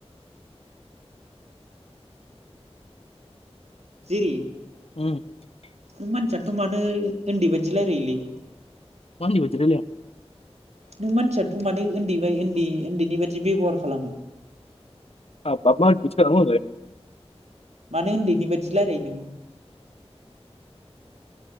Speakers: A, on the right; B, on the left.
A: जिरि
B: उम
A: नों मानसियानोथ' मानो उन्दै बायदि रायलायोलै
B: <unintelligible>
A: नों मानसियाथ' मादै उन्दै बाय उन्दै उन्दैनि बाददि बेब'हार खालामो
B: <unintelligible>
A: मानो उन्दैनि बादि रायलायो नों